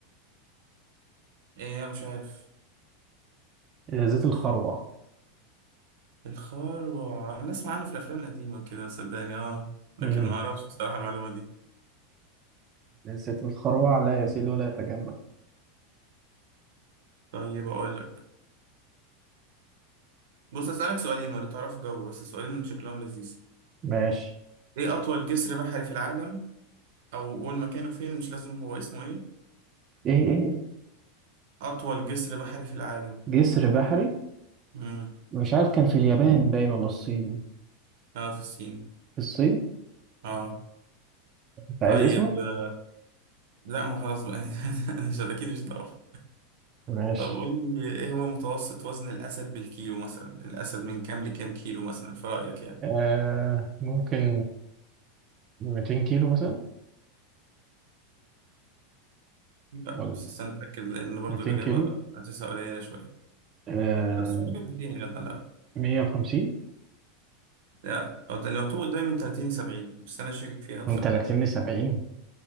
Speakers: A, on the right; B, on the right.
A: ايه مش عارف
B: آه، زيت الخروع
A: الخروع انا اسمع عنه في الافلام القديمه كده صدقني اه لكن
B: امم
A: ما اعرفش بصراحه المعلومه دي
B: زيت الخروع لا يسيل ولا يتجمد
A: طيب اقول لك بص اسالك سؤالين ولا تعرف جاوب بس سؤالين شكلهم لذيذ
B: ماشي
A: ايه اطول جسر بحري في العالم او قول مكانه فين مش لازم هو اسمه ايه
B: ايه ايه إيه؟
A: واطول جسر بحري في العالم
B: جسر بحري
A: امم
B: مش عارف كان في اليابان باين ولا الصين
A: اه في الصين
B: في الصين
A: اه
B: انت عايز
A: طيب
B: اسمه
A: آه، لا ما خلاص بقى <laughs> مش اكيد مش تعرف
B: ماشي
A: طب قول لي ايه هو متوسط وزن الاسد بالكيلو مثلا الاسد من كام لكام كيلو مثلا في رايك يعني
B: آه ممكن 200 كيلو مثلا
A: لا
B: ولا
A: بس استنى اتاكد لان برضو
B: 200
A: الاجابه
B: كيلو
A: حاسسها قليله شويه
B: آه
A: لا بس بيجيبك 200 يا جدع لا
B: 150
A: لا أو ت- لو تو قدامي من 30 ل 70 بس انا شاكك فيها بصراحه
B: من 30 ل 70